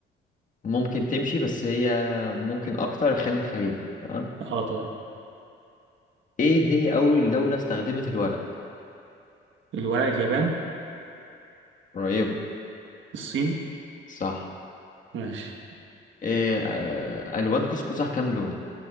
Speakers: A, on the left; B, on the right.
A: ممكن تمشي بس هي ممكن أكتر خان الخليل تمام
B: أه طيب
A: إيه هي أول دولة استخدمت الورق
B: الورق اليابان
A: قريبة
B: الصين
A: صح
B: ماشي
A: إيه آه ألوان قوس قزح كام لون